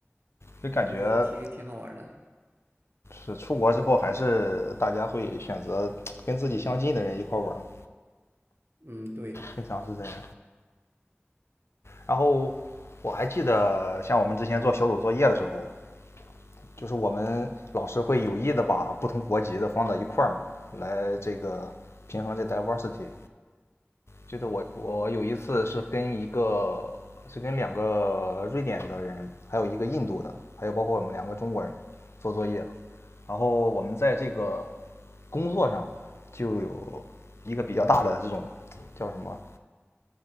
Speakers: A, on the left (about 85°); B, on the right (about 65°).
A: 就感觉
B: 反正挺挺好玩的。
A: 是出国之后，还是大家会选择跟自己相近的人一块玩嘛，
B: 嗯，对，
A: 经常是这样。然后我还记得，像我们之前做小组作业的时候，就是我们老师会有意的把不同国籍的放到一块儿嘛，来这个平衡这 diversity。就是我我有一次是跟一个是跟两个瑞典的人，还有一个印度的，还有包括我们两个中国人做作业，然后我们在这个工作上就有一个比较大的这种叫什么